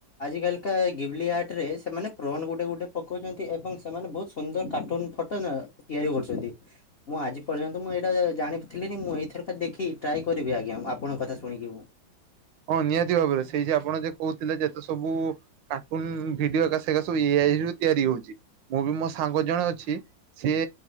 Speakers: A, on the left; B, on the right.
A: ଆଜି କାଳିକା ୟେ ଗେମଳିଆଟ ସେଠାରେ ସେମାନେ ପ୍ରୋଣ୍ ଗୋଟେ ଗୋଟେ ପକଉଛନ୍ତି ଏବଂ ସେମାନେ ବହୁତ ସୁନ୍ଦର କାର୍ଟୁନ ଫଟୋ ନା ତିଆରି କରୁଛନ୍ତି।
B: ହଁ
A: ମୁଁ ଆଜି ପର୍ଯ୍ୟନ୍ତ ମୁଁ ଏଇଟା ଜାଣିଥିଲିିନି ମୁଁ ଏଇଥର ତ ଦେଖି ଟ୍ରାଏ କରିବି ଆଜ୍ଞା ଆପଣଙ୍କ କଥା ଶୁଣିକି ମୁ।
B: ହଁ ନିହାତି ଭାବରେ ସେଇ ଯେ ଆପଣ ଯେ କହୁଥିଲେ ଯେତେ ସବୁ କାର୍ଟୁନ ଭିଡିଓ ଏକା ସେକା ସବୁ ଇଏ ଏଇ ତିଆରି ହଉଛି, ମୁଁ ବି ମୋ ସାଙ୍ଗ ଜଣେ ଅଛି ସିଏ